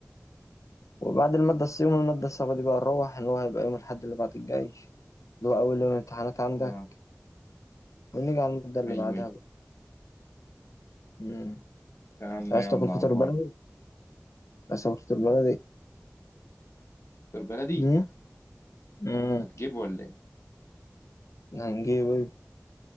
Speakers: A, on the left (about 85°); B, on the left (about 65°).
A: وبعد المادة الص- يوم المادة الصعبة دي بقى نروح اللي هو هيبقى يوم الأحد اللي بعد الجاي اللي هو أول يوم امتحانات عندك
B: اه
A: ونيجي على المادة اللي
B: ايوه
A: بعدها
B: ايوه
A: بقى مم.
B: يا عم
A: مش عايز
B: يلا
A: تاكل فطار
B: على البركه
A: بلدي؟ عايز تاكل فطار بلدي؟
B: دكتور بلدي
A: مم؟ مم.
B: هتجيبه ولا ايه؟
A: هنجيب إيه؟